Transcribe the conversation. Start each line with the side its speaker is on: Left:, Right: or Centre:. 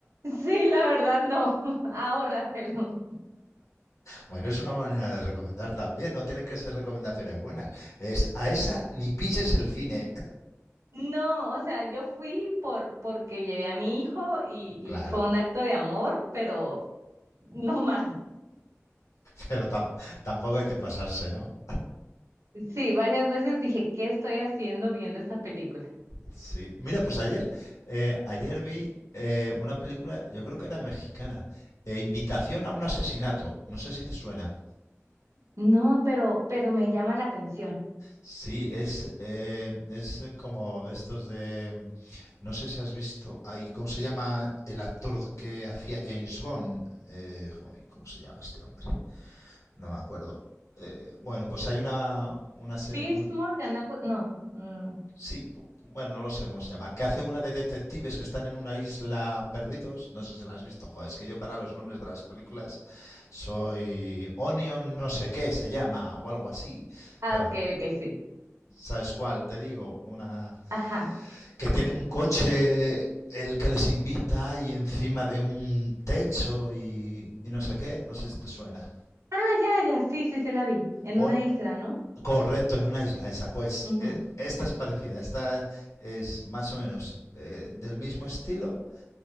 Right: Sí, la verdad no, <laughs> ahórratelo.
Left: Bueno, es una manera de recomendar también, no tienen que ser recomendaciones buenas. Es a esa ni pises el cine.
Right: No, o sea, yo fui por porque llevé a mi hijo y, y
Left: <laughs> Claro,
Right: fue un acto de amor, pero no más.
Left: pero tam- tampoco hay que pasarse, ¿no?
Right: Sí, varias veces dije, ¿qué estoy haciendo viendo esta película?
Left: Sí. Mira, pues ayer, eh, ayer vi eh, una película, yo creo que era mexicana, eh, Invitación a un asesinato. No sé si te suena.
Right: No, pero, pero me llama la atención.
Left: Sí, es, eh, es eh, como de estos de... No sé si has visto... Ay, ¿cómo se llama el actor que hacía James Bond? Eh, ay, ¿Cómo se llama este hombre? No me acuerdo. Eh, bueno, pues hay una, una se-
Right: Piers
Left: un-
Right: Morgan, algo, no, no, no. no.
Left: Sí, bueno, no lo sé cómo se llama. Que hace una de detectives que están en una isla perdidos. No sé si la has visto, joder. Es que yo para los nombres de las películas soy Onion no sé qué se llama o algo así.
Right: Ah,
Left: Claro.
Right: ok, ok, sí.
Left: ¿Sabes cuál? Te digo, una
Right: Ajá.
Left: que tiene un coche el que les invita y encima de un techo y, y no sé qué. No sé si te suena.
Right: Ah, ya, ya, sí, sí, se la vi, en
Left: On-
Right: una isla, ¿no?
Left: Correcto, en una isla esa. Pues
Right: Ujú.
Left: eh, esta es parecida, esta es más o menos eh, del mismo estilo,